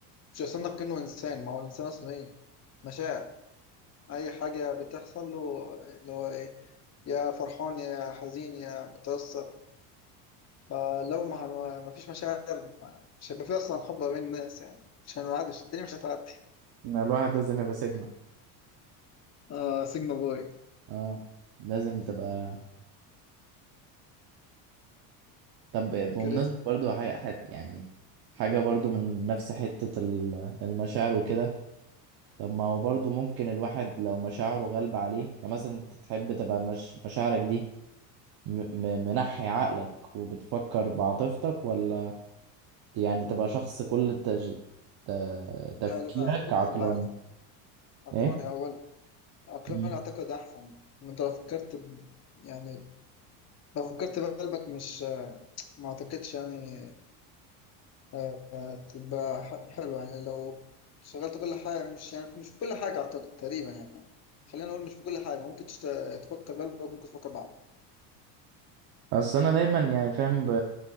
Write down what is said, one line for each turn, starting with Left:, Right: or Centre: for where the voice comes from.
Left: مش هيصنف كأنه إنسان ما هو الإنسان أصلا إيه مشاعر أي حاجة بتحصل له اللي هو إيه يا فرحان يا حزين يا متأثر فلو ما ما ما فيش مشاعر مش هيبقى في أصلا حب بين الناس يعني مش هنعدي مش- الدنيا مش هتعدي
Right: ما الواحد لازم يبقى سيجما
Left: اه سيجما بوي
Right: اه لازم تبقى طب بمناسبة
Left: كاريزما
Right: برضو حاجة حاجة- يعني حاجة برضو من نفس حتة ال- المشاعر وكده طب ما هو برضه ممكن الواحد لو مشاعره غالبة عليه يعني مثلا انت تحب تبقى مش مشاعرك دي م- م- منحي عقلك وبتفكر بعاطفتك ولا يعني تبقى شخص كل التج... ت... تفكيرك
Left: لا لا فكر
Right: عقلاني
Left: بعقلي عقلاني
Right: ايه
Left: أول عقلاني
Right: مم.
Left: أعتقد أحسن إن أنت لو فكرت ب- يعني لو فكرت بقلبك مش ما اعتقدش يعني آه، آه، تبقى ح- حلوة يعني لو شغلت كل حاجة مش يعني مش في كل حاجة اعتقد تقريبا يعني خلينا نقول مش في كل حاجة ممكن تشت- تفكر بقلبك ممكن تفكر بعقلك
Right: بس انا دايما يعني فاهم ب...